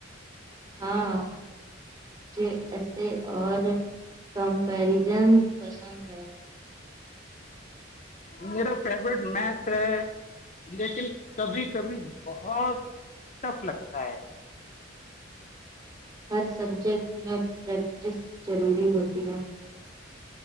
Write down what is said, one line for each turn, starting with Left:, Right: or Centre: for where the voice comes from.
Right: ہاں مجھے ایسے اور کمپریزن پسند ہے
Left: میرا فیوریٹ میتھ ہے لیکن کبھی کبھی بہت ٹف لگتا ہے
Right: ہر سبجیکٹ میں پریکٹس ضروری ہوتی ہے